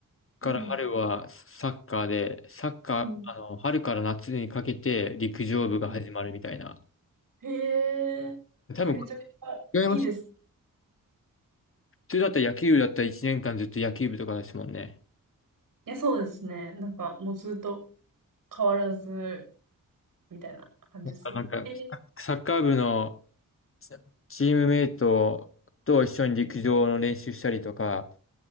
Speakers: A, on the left; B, on the right.
A: から春はサッカーで、
B: うん、
A: サッカー、
B: うん、
A: あの、春から夏にかけて陸上部が始まるみたいな。
B: うんへえ、
A: 多分、
B: え、めちゃくちゃいいです。
A: 違います。普通だったら野球部だったら1年間ずっと野球部とかですもんね。
B: いや、そうですね。なんか、もうずっと変わらず、みたいな感じですね。
A: だからなんか、
B: え、
A: サッカー部のチームメイトと一緒に陸上の練習したりとか、